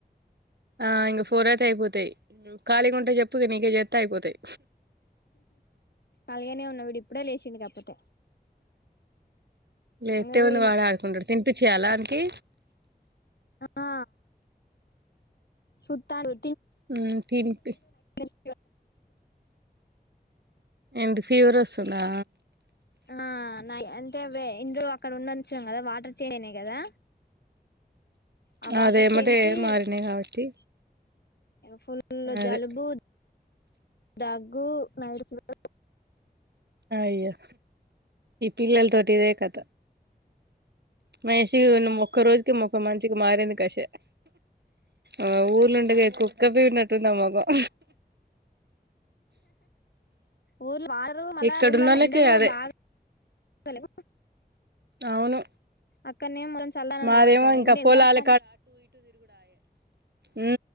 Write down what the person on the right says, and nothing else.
ఆ ఇంకా ఫోర్ అయితే అయిపోతాయ్ ఖాళీగా ఉంటే చెప్పు ఇగ నీకే చెత్త అయిపోతాయ్
లేత్తే
ఉంది వాడు ఆడుకుంటాడు తినిపిచేయ్యాలా ఆనికి
మ్మ్మ్ పిబిప్పి
ఎందుకు ఫీవర్ వస్తుందా
అదేమటే
మారినాయి కాబట్టి
అదే
అయ్యో ఈ పిల్లల తోటి ఇదే కథ మా ఎష్యు నిన్న ఒక్క రోజుకే మొఖం మంచిగా మారింది కశ ఆ ఊర్లు ఉండగ కుక్క పీకిన్నట్టుంది నా ముఖం
ఇక్కడున్నోళ్ళకి
అదే
అవును
మాదేమో
ఇంకా
పొలాల
ఉ